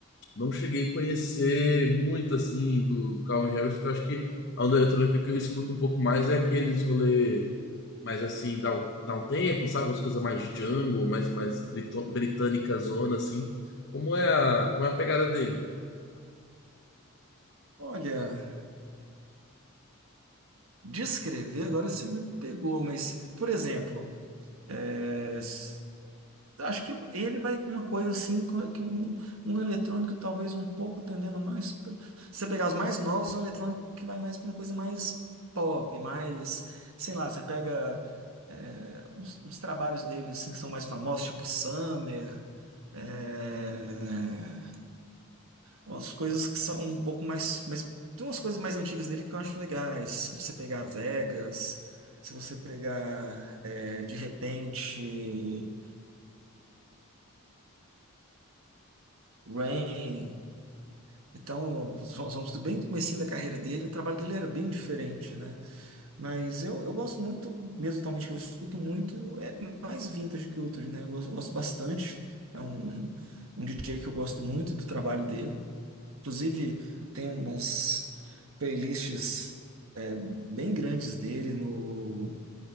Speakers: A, on the left (about 50°); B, on the right (about 70°).
A: não cheguei a conhecer muito assim do, do Calvin Harris, porque eu acho que a onda eletrônica que eu escuto um pouco mais é aqueles rolê mais assim, dá, um- dá um tempo, sabe? Umas coisas mais jungle, mais, mais brito- britânica zona, assim. Como é a, como é a pegada dele?
B: Olha. Descrever, agora você me pegou, mas, por exemplo, é, s- acho que ele vai uma coisa assim, co- que um, um eletrônico talvez um pouco tendendo mais. pra- Se você pegar os mais novos, é um eletrônico que vai mais para uma coisa mais pop, mais, sei lá, você pega é, uns, uns trabalhos deles assim, que são mais famosos, tipo Summer. é, Umas coisas que são um pouco mais, mas tem umas coisas mais antigas dele que eu acho legais. Se você pegar Vegas, se você pegar é, de repente Rain, então vamos bem no comecinho da carreira dele, o trabalho dele era bem diferente, né? Mas eu, eu gosto muito, mesmo atualmente que eu escuto muito, é mais vintage culture, né? Eu gosto, gosto bastante. É um, um DJ que eu gosto muito do trabalho dele. Inclusive, tem umas playlists é, bem grandes dele no,